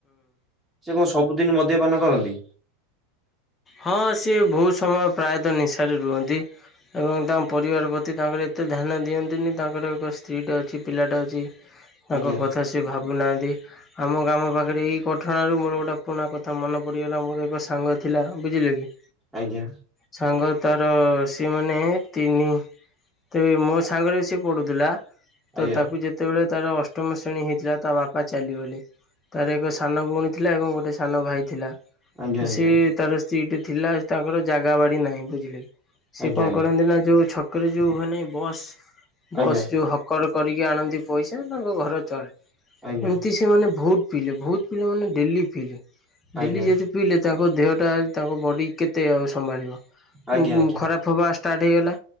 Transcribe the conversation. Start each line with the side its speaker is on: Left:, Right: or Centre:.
Centre: ସେ କଣ ସବୁଦିନ୍‌ ମଦ୍ୟପାନ କରନ୍ତି?
Left: ହଁ ସିଏ ବହୁତ ସମୟ ପ୍ରାୟତଃ ନିଶାରେ ରୁହନ୍ତି। ଏବଂ ତାଙ୍କ ପରିବାର ପ୍ରତି ତାଙ୍କର ଏତେ ଧ୍ୟାନ ଦିଅନ୍ତିନି ତାଙ୍କର ଏକ ସ୍ତ୍ରୀଟା ଅଛି ପିଲାଟା ଅଛି। ତାଙ୍କ
Centre: ଆଜ୍ଞା
Left: କଥା ସେ ଭାବୁନାହାଁନ୍ତି। ଆମ ଗ୍ରାମ ପାଖରେ ଏଇ ଘଟଣା ରୁ ମୋର ଗୋଟେ ପୁରୁଣା କଥା ମନେ ପଡିଗଲା ମୋର ଏକ ସାଙ୍ଗ ଥିଲା। ବୁଝିଲେ କି?
Centre: ଆଜ୍ଞା।
Left: ସାଙ୍ଗ ତାର ସିଏ ମାନେ ତିନି ତେବେ ମୋ ସାଙ୍ଗରେ ସେ ପଢୁଥିଲା। ତ
Centre: ଆଜ୍ଞା।
Left: ତାକୁ ଯେତେବେଳେ ତାର ଅଷ୍ଟମ ଶ୍ରେଣୀ ହେଇଥିଲା ତା ବାପା ଚାଲିଗଲେ ତାର ଏକ ସାନ ଭଉଣୀ ଥିଲା ଏବଂ ଗୋଟେ ସାନ ଭାଇ ଥିଲା
Centre: ଆଜ୍ଞା
Left: ତ
Centre: ଆଜ୍ଞା
Left: ସିଏ ତାର ସେଇଟି ଥିଲା ତାଙ୍କର ଜାଗା ବାଡି ନାହିଁ ବୁଝିଲେ ସେ
Centre: ଆଜ୍ଞା
Left: କଣ କରନ୍ତି ନା ଯୋଉ ଛକ୍ ଛକରେ ଯୋଉ ମାନେ ବସ୍ ବସ୍
Centre: ଆଜ୍ଞା
Left: ଯୋଉ ହକର କରିକି ଆଣନ୍ତି ପଇସା ତାଙ୍କ ଘର ଚଳେ
Centre: ଆଜ୍ଞା
Left: ଏମ୍ ତି ସେମାନେ ବହୁତ୍ ପିଇଲେ ବହୁତ ପିଇଲେ ମାନେ ଡେଲି ପିଇଲେ ଡେଲି
Centre: ଆଜ୍ଞା
Left: ଯେହେତୁ ପିଇଲେ ତାଙ୍କ ଦେହଟା ତାଙ୍କ ବଡ଼ି କେତେ ଆଉ ସମ୍ଭାଳିବ
Centre: ଆଜ୍ଞା ଆଜ୍ଞା।
Left: ଖରାପ ହେବା ଷ୍ଟାର୍ଟ ହେଇଗଲା।